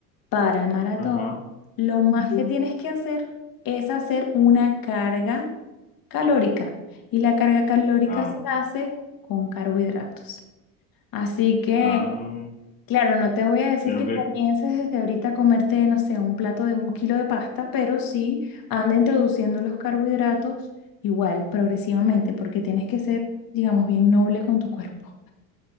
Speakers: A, on the left; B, on the left.
A: para el maratón,
B: Ajá,
A: lo más que Ujú. tienes que hacer es hacer una carga calórica. Y la carga calórica
B: ah,
A: se hace con carbohidratos. Así que,
B: ah,
A: claro, no te voy a decir
B: tengo
A: que
B: que,
A: comiences desde ahorita a comerte, no sé, un plato de un kilo de pasta, pero sí anda introduciendo los carbohidratos igual, progresivamente, porque tienes que ser, digamos, bien noble con tu cuerpo.